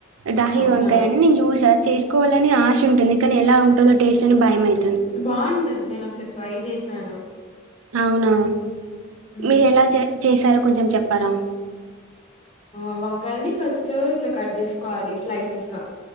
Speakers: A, on the right; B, on the left.
A: దహి
B: అవునా
A: వంకాయ అని నేను చూసా చేసుకోవాలని ఆశ ఉంటుంది కానీ ఎలా ఉంటుదో టేస్ట్ అని భయంమవ
B: బాగుంటది నేను ఒకసారి ట్రై చేశాను
A: అవునా
B: ఉమ్.
A: మీరు ఎలా చే చూశార కొంచెం చెప్తారా
B: ఆ వంకాయల్ని ఫస్ట్ ఇట్లా కట్ చేసుకోవాలి స్లైసెస్ గా